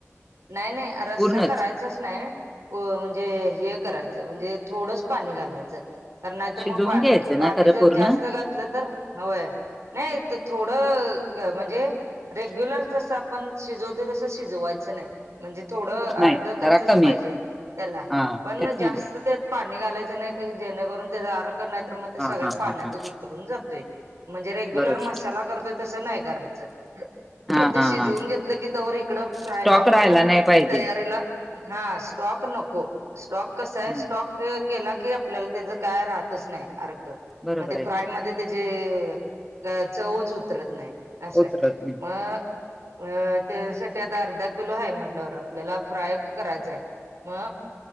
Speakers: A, on the right; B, in the centre.
A: नाही नाही रस्सा
B: पूर्णच
A: कराय च्च नाही म्हणजे हे करायचं म्हणजे थोडंच पाणी घालायचं. कारण नाहीतर
B: शिजवून
A: मग पा
B: घ्यायचं
A: पाणी
B: ना खरं
A: जर
B: पूर्ण
A: जास्त घातलं तर होय नाही थोडं म्हणजे रेग्युलर जसं आपण शिजवते तसं शिजवायचं नाही. म्हणजे थोडं
B: नाही
A: अर्ध कच्च
B: जरा कमी
A: पाहिजे त्याला
B: हा
A: पण
B: तेच
A: जास्त
B: म्हणलं
A: त्यात पाणी घालायचं नाही जेणेकरून त्याच अरक तर मग ते सगळ्या
B: हा हा
A: पाण्यातच
B: हा हा
A: उतरून जातोय. म्हणजे रेग्युलर
B: बरोबर
A: मसाला करतोय तसं नाही करायचं.
B: हा
A: मग ते
B: हा
A: शिजवून
B: हा
A: घेतलं की तवर इकडं फ्रायला
B: स्टॉक
A: आपल्याला
B: राहायला नाही पाहिजे
A: तयारीला. हा स्टॉक नको, स्टॉक कसा आहे
B: हं.
A: स्टॉक केला की आपल्या तेज काय राहतच नाही आरक
B: बरोबर
A: मग ते
B: आहे
A: फ्राय
B: की
A: त्याजी चवच उतरत नाही असंय
B: उतरत नाही
A: मग अ त्यासाठी आता अर्धा किलो ह म्हंटल्यावर आपल्याला फ्राय करायचाय. मग